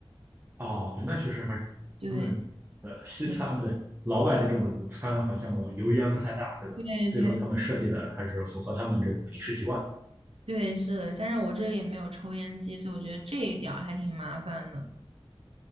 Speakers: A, on the right; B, on the right.
A: 么。哦，对，那确实还是他们
B: 对，
A: 呃西餐不对，
B: 嗯
A: 老外的这种餐好像油烟不太大，对吧？
B: 对对
A: 所以说他们设计的还是符合他们这种饮食习惯。
B: 对，是的。加上我这里也没有抽烟机，所以我觉得这一点儿还挺麻烦的。